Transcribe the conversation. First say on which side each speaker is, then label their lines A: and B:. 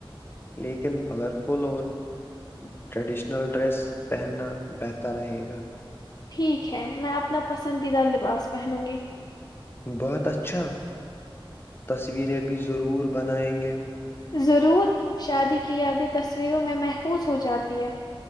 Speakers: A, on the left; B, on the left.
A: لیکن کلرفل اور ٹریڈیشنل ڈریس پہننا بہتر رہے گا
B: ٹھیک ہے میں اپنا پسندیدہ لباس پہنوں گی
A: بہت اچھا تصویریں بھی ضرور بنائیں گے
B: ضرور شادی کی یادیں تصویروں میں محفوظ ہو جاتی ہیں